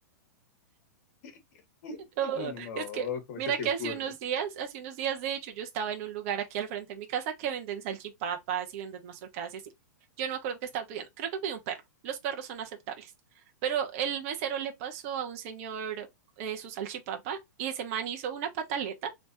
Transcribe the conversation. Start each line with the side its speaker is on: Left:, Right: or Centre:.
Left: <laughs>
Right: Oh,
Left: no, no, no,
Right: es que,
Left: ¿cómo
Right: mira
Left: se te
Right: que
Left: ocurre?
Right: hace unos días, hace unos días, de hecho, yo estaba en un lugar aquí al frente de mi casa que venden salchipapas y venden mazorcadas y así. Yo no me acuerdo qué estaba pidiendo. Creo que pedí un perro. Los perros son aceptables. Pero el mesero le pasó a un señor eh, su salchipapa y ese man hizo una pataleta,